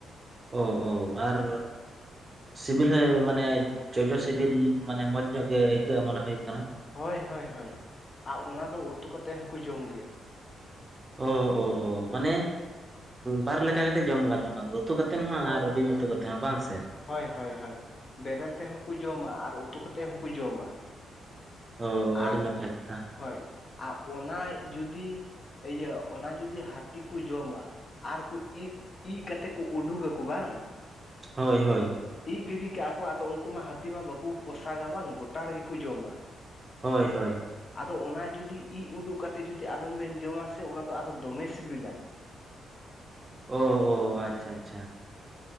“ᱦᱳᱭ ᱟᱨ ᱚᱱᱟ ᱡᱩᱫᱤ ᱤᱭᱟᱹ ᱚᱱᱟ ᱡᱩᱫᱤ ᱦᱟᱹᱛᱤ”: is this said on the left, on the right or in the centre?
Left